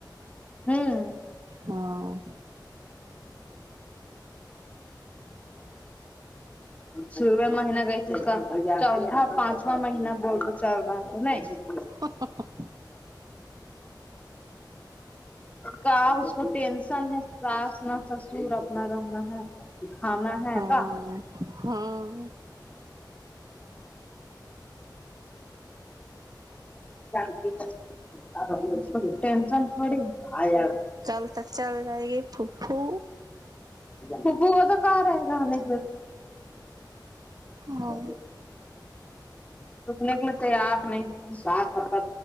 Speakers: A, on the left; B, on the right.
A: ھمم
B: ہاں
A: شروع مہینہ گئی تھی اس کا چوھا پانچو مہینہ <unintelligible>
B: ا
A: کا اسکو ٹینشن ہے نہ ساس نہ ساسر صرف اپنا رہنا ہے کھانا ہے
B: ہاں
A: کا
B: ہاں
A: <inaudible> اس کو ٹینشن تھوڑی ہے
B: کل تک چل جائے گی پھوپھو
A: پھوپھو گۓ تو کہا رہے گا ہمیں
B: ہاں
A: <unintelligible> <unintelligible> رکنے کے لیے تیار نہیں ہے